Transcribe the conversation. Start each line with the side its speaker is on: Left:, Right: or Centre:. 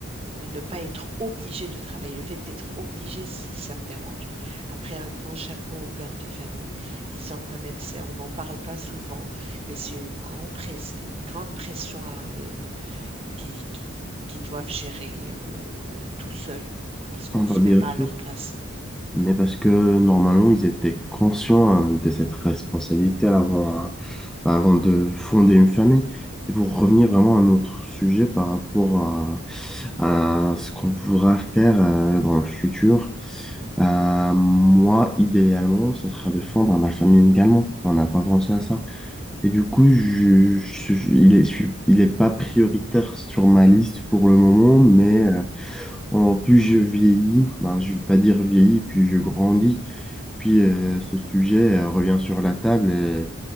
Right: pour ne pas être obligé de travailler. Le fait d'être obligé, c- ça me dérange. Après, un grand chapeau aux pères de famille, ils ont quand même, c'est- on n'en parle pas souvent, mais c'est une grande press- une grande pression à, euh, qui, qui, qui doivent gérer euh, tout seuls parce qu'on
Centre: on
Right: ne se
Centre: va bien
Right: met pas à leur
Centre: sûr.
Right: place.
Centre: Mais parce que normalement, ils étaient conscients hein, de cette responsabilité avant, hein, bah, avant de fonder une famille. Et pour revenir vraiment à notre sujet par rapport à, à ce qu'on voudra faire euh, dans le futur, euh, moi, idéalement, ce sera de fonder ma famille également. On n'a pas pensé à ça. Et du coup, je, je- je- il est, je suis- il est pas prioritaire sur ma liste pour le moment, mais euh, en plus je vieillis, ben, je vais pas dire vieillis, puis je grandis, puis euh, ce sujet euh, revient sur la table et,